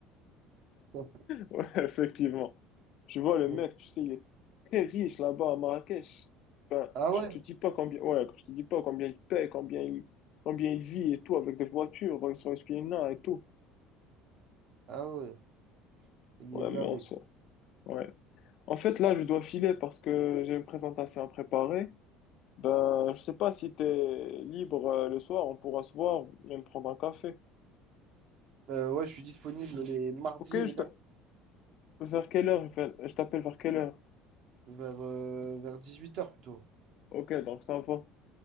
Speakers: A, on the right; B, on the left.
A: <laughs>
B: Ouais, <laughs> effectivement. je vois, le
A: Ouais.
B: mec, tu sais, il est très riche là-bas à Marrakech. Ben,
A: Ah
B: je
A: ouais?
B: te dis pas combien, ouais, je te dis pas combien il paye, combien il, combien il vit et tout, avec des voitures, Rolls-Royce Piana et tout.
A: Ah ouais. Il
B: Ouais,
A: est blindé.
B: mais en soi, ouais. En fait, là, je dois filer parce que j'ai une présentation à préparer. Ben, je sais pas si t'es libre euh, le soir, on pourra se voir et me prendre un café.
A: Euh, ouais, je suis disponible les mardis
B: Ok,
A: et les
B: je
A: mercredis
B: te- vers quelle heure, je t'appelle vers quelle heure?
A: vers, euh, vers 18h plutôt.
B: Ok, donc ça va.